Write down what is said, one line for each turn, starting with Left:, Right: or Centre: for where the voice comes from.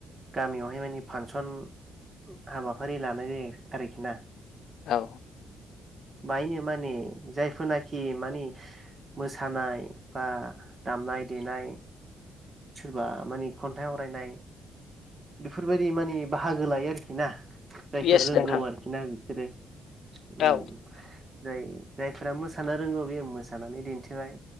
Right: गामियावहाय माने फांसन हाबाफारि लानाय जायो आरोखि ना।
Left: औ।
Right: नो माने जायफोरनाखि माने मोसानाय बा दामनाय दे नाय सोरबा मानि खन्थाइ आवरायनाय बेफोरबायदि माने बाहागो लायो आरोखि ना। जायफोर
Left: येस
Right: रोंगौ
Left: नोंथां
Right: आरोखि ना बिसोरो
Left: औ
Right: उम जाय जायफोरा मोसानो रोंगौ बेयो मोसानानै दिन्थिबाय